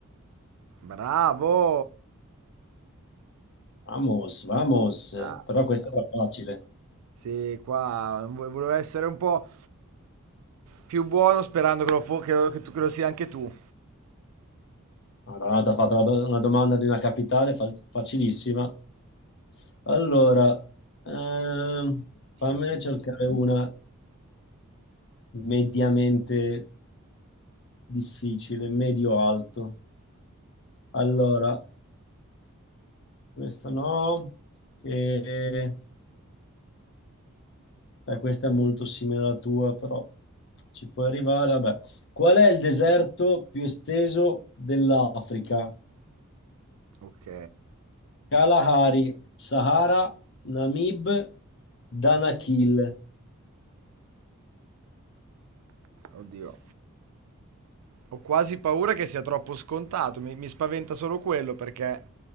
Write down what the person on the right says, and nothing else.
Bravo!
Bravo.
Sì, qua vo- volevo essere un po' più buono sperando che lo, fo- che lo- che tu- che lo sia anche tu.
Insomma,
Ok,
oddio. Ho quasi paura che sia troppo scontato, mi, mi spaventa solo quello perché